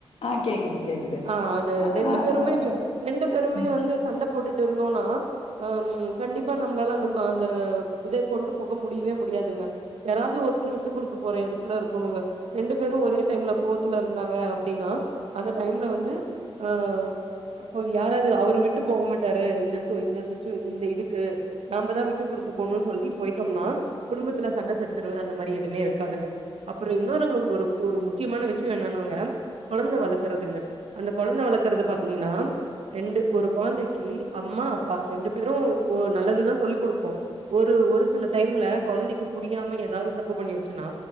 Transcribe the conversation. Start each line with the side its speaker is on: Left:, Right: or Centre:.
Left: ஆ கேக்குது கேக்குது
Right: ஆ அது
Left: ஆ
Right: ரெண்டு
Left: ஆ
Right: பேருமே
Left: ஆ,
Right: வி ரெண்டு பேருமே
Left: ம்
Right: வந்து சண்ட போட்டுட்ருந்தோனா அ ம் கண்டிப்பா நம்ளால அந்த கோ அந்த இத கொண்டு போக முடியவே முடியாதுங்க யாராவது ஒரு தரு விட்டு குடுத்து போற எடத்துலருக்குனுங்க ரெண்டு பேரு ஒரே டைம்ல கோவத்துல இருந்தாங்க அப்டினா அந்த டைம்ல வந்து ஆ அப்போ யாராவது அவரு விட்டு போக மாட்டாரு இந்த சு இந்த சுச்சு இந்த இதுக்கு நாம்பதா விட்டு குடுத்து போனுன் சொல்லி போயிட்டம்னா குடும்பத்துல சண்ட சச் சரவு அந்த மாரி எதுமே இருக்காதுங்க அப்றோ இன்னொரு ஒரு ஒரு முக்கியமான விஷ்ய என்னனாங்க கொழந்த வளக்கறதுங்க அந்த கொழந்த வளக்கறது பாத்தீங்னா ரெண்டு ஒரு கொழந்தைக்கு அம்மா அப்பா ரெண்டு பேரு ஓ நல்லதுதா சொல்லிக் குடுப்போ ஒரு ஒரு சில டைம்ல கொழந்தைக்கு புரியாம ஏதாவது தப்பு பண்ணிருச்சுனா